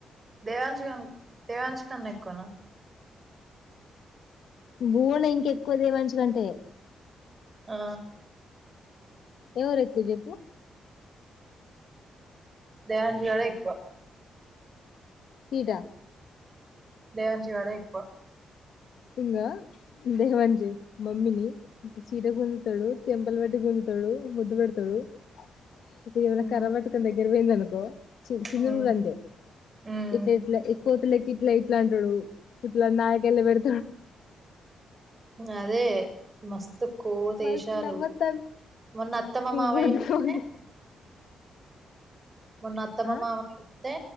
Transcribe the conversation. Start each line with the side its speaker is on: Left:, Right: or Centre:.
Right: దేవాన్ష్ కాన్ దేవన్ష్ ఖన్నా ఎక్కువనా
Left: భూవన ఇంక ఎక్కువ దేవాన్ష్ కంటే
Right: ఆ
Left: ఎవరెక్కువా చెప్పు
Right: దేవాన్ష్ గాడే ఎక్కువ
Left: విడా
Right: దేవాన్ష్ వాడే ఎక్కువ
Left: ఇంగో దేవాన్ష్ మమ్మిని చీర గుంజుతాడు చెంపల్ పట్టి గుంజు తడు ముద్దుపెడుతడు ఇప్పుడు ఏమన్న
Right: మ్మ్
Left: కర్రపట్టుకోని దగ్గర పోయిందనుకో చి చిన్నూను
Right: మ్మ్
Left: కుడా అంతే
Right: మ్మ్
Left: ఇట్లా ఇట్లా కోతుళ్ళేక్కే ఇట్లా ఇట్లా అంటాడు ఇట్లా నాలీకెళ్ళపెడ్
Right: అదే మస్తు కోతేశాలు
Left: మస్తు నవ్వొత్తాంది
Right: మొన్న అత్తమ్మమామయ్య
Left: కోతి
Right: వతే
Left: కోతి
Right: మొన్న అత్తమ్మ
Left: ఆ
Right: మామయ్యా తే